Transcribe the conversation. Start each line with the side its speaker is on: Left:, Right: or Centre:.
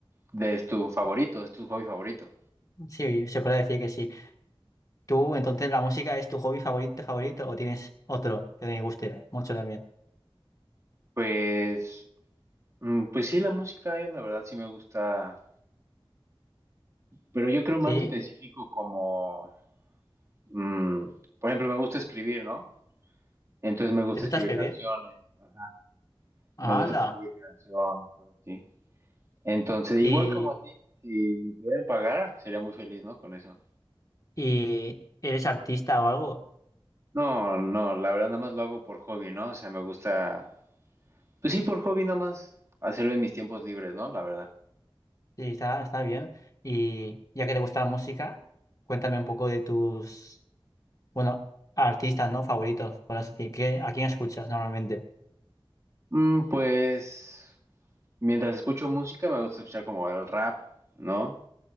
Right: de es tu favorito, es tu hobby favorito.
Left: Sí, se puede decir que sí. ¿Tú, entonces, la música es tu hobby favorito, favorito, o tienes otro que te guste mucho también?
Right: Pues, mm, pues sí, la música, eh, la verdad sí me gusta, pero yo creo más
Left: ¿Sí?
Right: específico como, mm, por ejemplo, me gusta escribir, ¿no? Entonces me gusta
Left: ¿Te gusta
Right: escribir
Left: escribir?
Right: canciones, ajá,
Left: ¡Hala!
Right: me gusta escribir canciones, cosas así. Entonces,
Left: ¿Y,
Right: igual como a ti, si me pudieran pagar, sería muy feliz, ¿no? Con eso.
Left: y eres artista o algo?
Right: No, no, la verdad nada más lo hago por hobby, ¿no? O sea, me gusta Pues sí, por hobby nada más. Hacerlo en mis tiempos libres, ¿no? La verdad.
Left: Sí, está, está bien. Y ya que te gusta la música, cuéntame un poco de tus, bueno, artistas, ¿no? Favoritos, por así decir. ¿Qué- ¿A quién escuchas normalmente?
Right: Mm, pues mientras escucho música me gusta escuchar como el rap, ¿no?